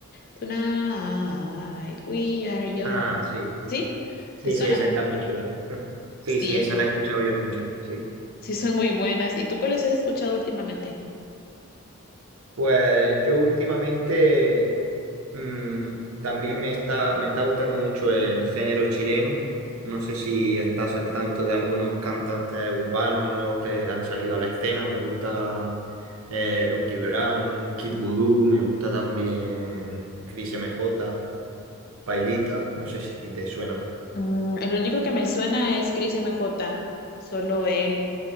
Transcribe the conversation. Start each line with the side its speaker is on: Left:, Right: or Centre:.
Left: Tonight we are young.
Right: Ah, sí.
Left: ¿Sí?
Right: Sí,
Left: ¿Te suena?
Right: sí, esa está muy chula. <laughs> Sí,
Left: Sí.
Right: sí, esa la he escuchado yo mucho. Sí.
Left: Sí, son muy buenas. ¿Y tú cuáles has escuchado últimamente?
Right: Pues yo últimamente mm, también me está, me está gustando mucho el género chileno. No sé si estás al tanto de algunos cantantes urbanos nuevos que han salido a la escena. Me gusta eh, Lucky Brown, Kid Voodoo, me gusta también Cris M J, Pailita, no sé si te suenan.
Left: Mm, el único que me suena es Chris M J. solo él.